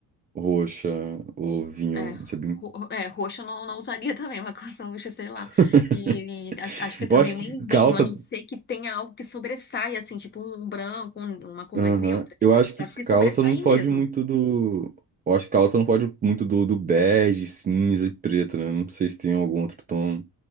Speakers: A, on the right; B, on the left.
A: roxa ou vinho,
B: É,
A: sabe?
B: ro é, roxo eu não, não usaria também, uma coisa roxa, sei lá.
A: <laughs>
B: E, e a- acho que também
A: Eu acho
B: nem
A: que
B: vinho,
A: calça.
B: a não ser que tenha algo que sobressaia, assim, tipo um branco, um- uma cor
A: Aham.
B: mais neutra,
A: Eu acho que
B: pra
A: calça
B: se sobressair
A: não foge
B: mesmo.
A: muito do. Eu acho que calça não foge muito do, do bege, cinza e preto, né? Não sei se tem algum outro tom